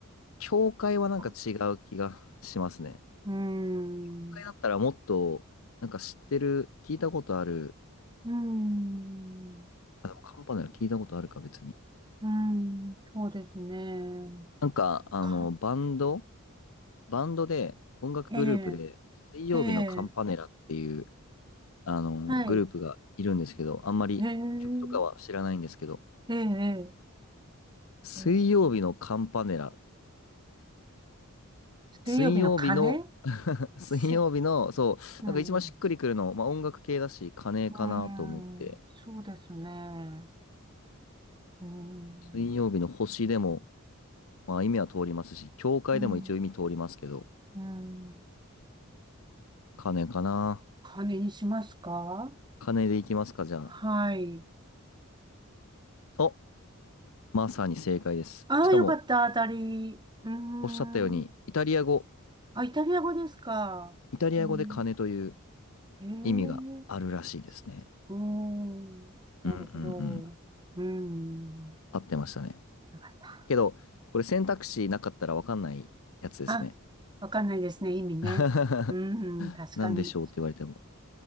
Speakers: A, on the left (about 70°); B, on the right (about 20°).
A: 教会はなんか違う気がしますね。
B: かうーん。
A: 教会だったらもっと、
B: う
A: なんか知ってる、聞いたことある。
B: ーん。
A: あ、でもカンパネラ聞いたことあるか、別に。
B: うーん、そうですね。
A: なんか、あの、
B: か、
A: バンドバンドで、音楽グループで、
B: ええ、
A: 水曜日のカンパネラっていう、
B: ええ、
A: あの、
B: はい。
A: グループがいるんですけど、あんまり曲とかは知らないんですけど、
B: ええ、ええ、ええ、
A: 水曜日のカンパネラ。
B: うん水曜日の鐘
A: 水曜日の、<laughs> 水曜日の、
B: す、
A: そう、
B: うん、
A: なんか一番しっくりくるの、
B: う
A: まあ音楽系だし、金かなと思って、
B: ーん、そうですね。うーん、
A: 水曜日の星でも、まあ意味は通りますし、教会でも一応意味通りますけど、
B: うん、うん。
A: 金かな。
B: 鐘にしますか
A: 金でいきますか、じゃあ。
B: はい。
A: お、まさに正解です。
B: ああ、
A: しかも、
B: よかった、当たり。うーん。
A: おっしゃったように、イタリア語、
B: あ、イタリア語ですか。
A: イタリア語で金という
B: うん、ええ
A: 意味があるらしいですね。
B: うーん。なるほど。
A: うんうんうん。
B: うーん。
A: 合ってましたね。
B: よかった。
A: けど、これ選択肢なかったらわかんないやつですね。
B: あ、わかんないですね。意味ね。
A: <laughs>
B: うーん。確かに。
A: なんでしょうって言われても。